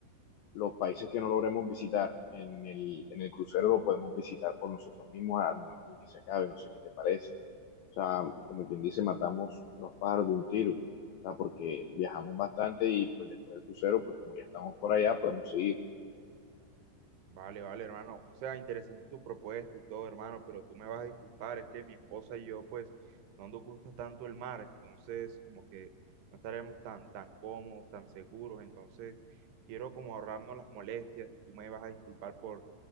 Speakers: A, on the left; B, on the right.
A: los países que no logremos visitar en el, en el crucero, lo podemos visitar por nosotros mismos al momento en que se acabe, no sé qué te parece. O sea, como quien dice, matamos dos pájaros de un tiro, o sea, porque viajamos bastante y pues después del crucero, pues como ya estamos por allá, podemos seguir.
B: Vale, vale, hermano. O sea, interesante tu propuesta y todo, hermano, pero tú me vas a disculpar, es que mi esposa y yo, pues, no nos gusta tanto el mar, entonces, como que no estaremos tan, tan cómodos, tan seguros, entonces, quiero como ahorrarnos las molestias, tú me vas a disculpar por